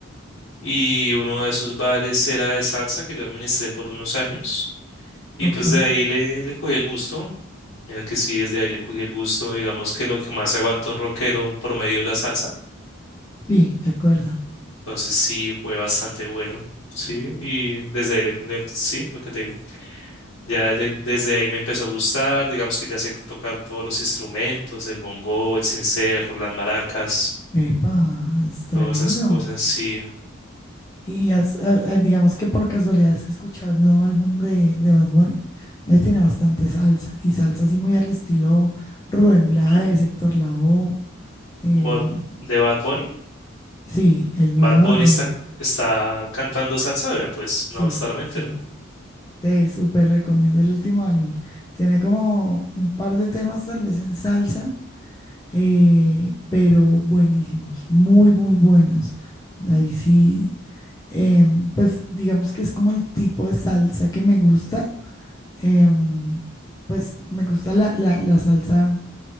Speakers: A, on the left (about 80°); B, on the left (about 15°).
A: y uno de esos bares era de salsa que yo administré por unos años y
B: ok,
A: pues de ahí le, le cogí el gusto. Mira que sí, desde ahí le cogí el gusto, digamos que lo que más aguanta un rockero promedio es la salsa.
B: sí, de acuerdo.
A: Entonces sí, fue bastante bueno, sí, y desde ahí, le, le- sí, lo que te digo, ya de- desde ahí me empezó a gustar, digamos que ya sé tocar todos los instrumentos, el bongo, el sincero, las maracas,
B: Epa, es tremendo.
A: todas esas cosas, sí.
B: Y has- a- a- digamos que por casualidad has escuchado el nuevo álbum de, de Bad Bunny. Él tiene bastante salsa y salsa así muy al estilo Rubén Blades, Héctor Lavoe. eh,
A: Bad- ¿De Bad Bunny?
B: sí, el nuevo
A: Bad Bunny
B: Bad Bunny.
A: está, está cantando salsa, vea, pues
B: Sí,
A: no, hasta ahora me entero.
B: sí. Te súper recomiendo el último álbum. Tiene como un par de temas, tal vez en salsa, eh, pero buenísimos, muy, muy buenos. Ahí sí, em, pues digamos que es como el tipo de salsa que me gusta. Em, pues me gusta la, la- la salsa